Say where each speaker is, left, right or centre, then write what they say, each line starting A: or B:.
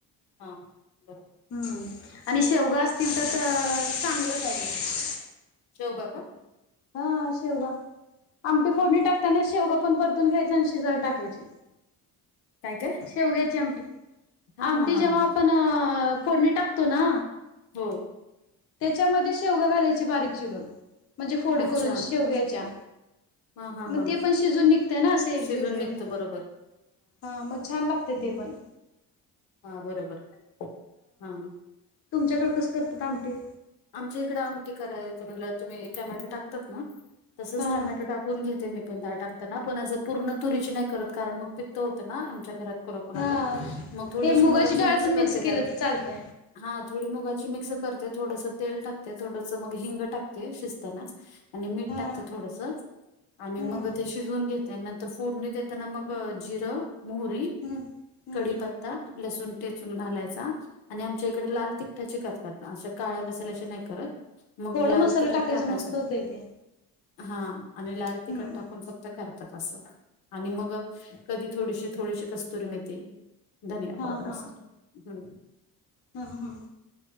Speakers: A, on the left (about 80°); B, on the left (about 40°).
A: हा बर.
B: हम्म, आणि शेवगा असतील, तर चांगलंच आहे मग.
A: शेवगा का?
B: हा शेवगा आमटी फोडणी टाकतानाच शेवगा पण परतून घ्यायच आणि शिजायला टाकायची. <unintelligible>
A: काय? काय?
B: शेवग्याची आमटी.
A: हा
B: आमटी
A: हा हा
B: जेव्हा
A: हा
B: आपण फोडणी टाकतो ना
A: हो.
B: त्याच्यामध्ये शेवगा घालायचे बारीक चिरून म्हणजे फोडी
A: अच्छा
B: करून शेवग्याच्या.
A: हा हा
B: मग
A: हा
B: ते पण शिजून निघतय ना, असे एकजीव
A: शिजून
B: हे
A: निघतं
B: होत.
A: बरोबर
B: हा मग छान लागतय ते पण.
A: हा बरबर, हा.
B: तुमच्याकड कसं करतेत आमटी?
A: आमच्या इकडं आमटी करायचं म्हटल, तुम्ही टोमॅटो टाकतात ना तसच
B: हा
A: टोमॅटो टाकून घेते मी डाळ टाकताना पण असं पूर्ण तुरीची नाही करत कारण मग पित्त होतं ना आमच्या घरात कोणा कोणाला,
B: हा
A: मग थोडीशी
B: हे
A: मुगाची
B: डाळ
A: मिक्स
B: पण
A: करते
B: केलं
A: त्यात.
B: तर चालतय.
A: हा थोडी मुगाची मिक्स करते, थोडंस तेल टाकते, थोडस मग हिंग टाकते शिजतानाच आणि मीठ
B: हा
A: टाकते थोडस आणि
B: हम्म
A: मग ते शिजवून घेत त्यानंतर फोडणी देताना मग जिरं, मोहरी
B: हम्म हम्म
A: कढीपत्ता, लसूण टेचून घालायचा आणि आमच्या इकडे लाल तिकटाची करतात, अशा काळ्या मसाल्याची नाही करत मग
B: थोडं
A: लाल
B: मसाला
A: तिखट टाकायचं
B: मस्त होतय ते.
A: हा आणि लाल तिखट
B: हम्म
A: टाकून फक्त करतात असं आणि मग कधी थोडीशी थोडीशी कस्तुरी मेथी धनिया
B: हा
A: पावडर
B: हा
A: अस ह
B: हा